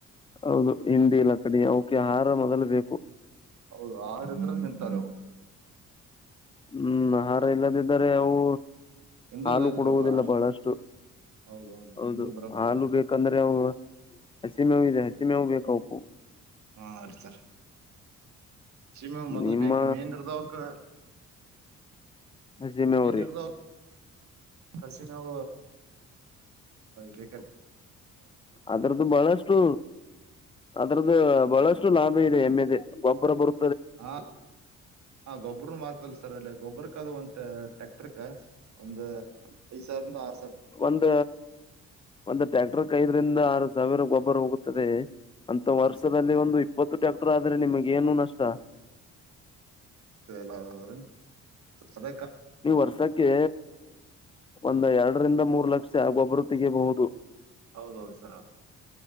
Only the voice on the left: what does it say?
ಹೌದು ಹಿಂಡಿ ಲಕ್ಕಡಿ ಅವಕೆ ಆಹಾರ ಮೊದಲು ಬೇಕು.
ಹ್ಮ್ ಆಹಾರ ಇಲ್ಲದಿದ್ದರೆ ಅವು
ಹಾಲು
ಕೊಡುವುದಿಲ್ಲ
ಬಹಳಷ್ಟು.
ಹೌದು
ಹಾಲು ಬೇಕಂದ್ರೆ ಅವು ಹಸಿಮೇವು ಇದೆ. ಹಸಿ ಮೇವು ಬೇಕ ಅವಕು.
ನಿಮ್ಮ
ಚಜ್ಜಿ ಮೇವ
ರಿ.
ಅದ್ರದ್ದು ಬಹಳಷ್ಟು ಅದ್ರದ್ದು ಬಹಳಷ್ಟು ಲಾಭ ಇದೆ ಎಮ್ಮೆದ. ಗೊಬರ ಬರು
ಒಂದ ಒಂದು ಟ್ಯಾಕ್ಟರ್ಕ್ ಐದರಿಂದ ಆರು ಸಾವಿರ ಗೊಬ್ಬರ ಹೋಗುತ್ತದೆ. ಅಂತ ವರ್ಷದಲ್ಲಿ
ಒಂದು ಇಪ್ಪತ್ತು ಟ್ಯಾಕ್ಟರ್ ಆದ್ರೆ ನಿಮಗ ಏನು ನಷ್ಟ.
ನೀವು ವರ್ಷಕ್ಕೆ ಒಂದ ಎರಡರಿಂದ ಮೂರ್ ಲಕ್ಷ ಆ ಗೊಬ್ಬರು ತೆ ಬೋುದು